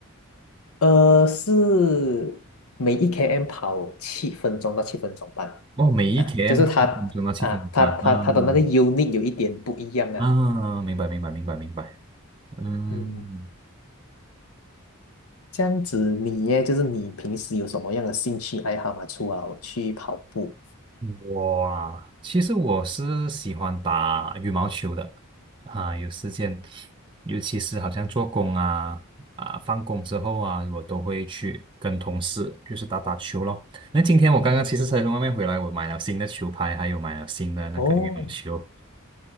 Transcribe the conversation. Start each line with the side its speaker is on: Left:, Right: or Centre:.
Left: 呃，是每一 km 跑七分钟到七分钟半
Right: 哦，每一
Left: 啊，
Right: km
Left: 就是它
Right: 七分钟到七分半。
Left: 啊，它它它的那个
Right: 嗯，
Left: unit 有一点不一样啊。
Right: 啊，明白明白明白明白。嗯。
Left: 嗯。这样子你耶，就是你平时有什么样的兴趣爱好吗？除了去跑步
Right: 我啊，其实我是喜欢打羽毛球的啊，有时间，尤其是好像做工啊啊，放工之后啊，我都会去跟同事就是打打球咯。那今天我刚刚其实才从外面回来，我买了新的球拍，还有买了新的那个羽毛球。
Left: 哦，